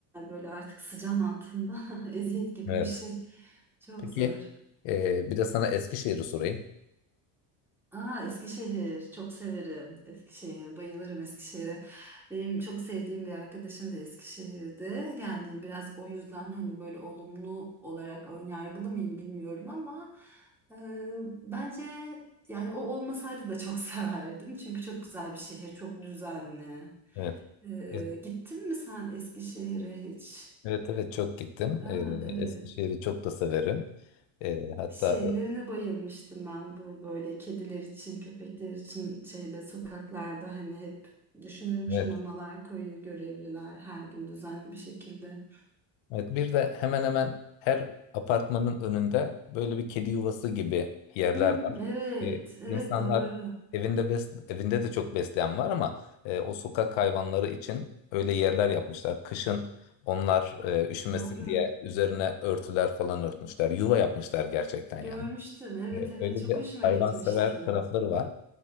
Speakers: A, in the centre; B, on the left.
A: böyle artık sıcağın altında <laughs> eziyet gibi
B: Evet.
A: bir şey. Çok
B: Peki
A: zor.
B: e, bir de sana Eskişehir'i sorayım.
A: Aa, Eskişehir çok severim. Eskişehir bayılırım Eskişehir'e. Benim çok sevdiğim bir arkadaşım da Eskişehir'de. Yani biraz o yüzden hani böyle olumlu olarak önyargılı mıyım bilmiyorum ama e, bence yani o olmasaydı da çok <laughs> severdim. Çünkü çok güzel bir şehir, çok düzenli.
B: Evet.
A: E,
B: E-
A: gittin mi sen Eskişehir'e hiç?
B: Evet evet çok gittim.
A: Aa,
B: E,
A: evet.
B: Eskişehir'i çok da severim. E, hatta
A: Şeylerine bayılmıştım ben bu böyle kediler için, köpekler için şeyde sokaklarda hani hep düşünülmüş
B: evet.
A: mamalar koyuyor görevliler her gün düzenli bir şekilde.
B: Evet, bir de hemen hemen her apartmanın önünde böyle bir kedi yuvası gibi yerler
A: Hmm,
B: var.
A: evet,
B: Ee,
A: evet
B: insanlar
A: doğru,
B: evinde bes evinde de çok besleyen var ama e, o sokak hayvanları için öyle yerler yapmışlar. Kışın onlar e, üşümesin
A: doğru.
B: diye üzerine örtüler falan örtmüşler. Yuva yapmışlar gerçekten
A: Görmüştüm,
B: yani.
A: evet
B: E,
A: evet
B: öyle
A: çok
B: bir
A: hoşuma
B: hayvansever
A: gitmişti.
B: tarafları var.